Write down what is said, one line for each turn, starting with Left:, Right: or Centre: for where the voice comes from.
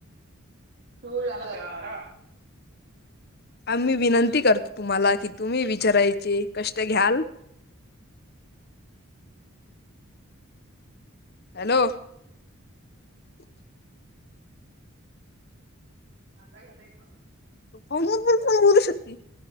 Right: <unintelligible>
Left: आम्ही विनंती करतो तुम्हाला की तुम्ही विचारायचे कष्ट घ्याल?
Right: हम्म
Left: हॅलो
Right: नाहीय हो.
Left: <inaudible>
Right: कांदा घेतय तुम्हाला
Left: फोनवर बोलत बोलू शकती.